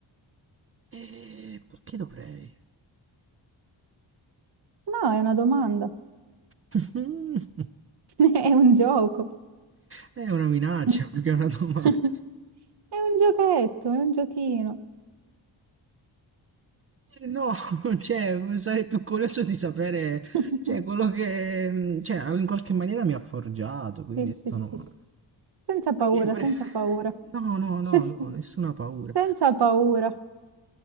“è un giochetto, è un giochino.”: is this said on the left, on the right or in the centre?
Right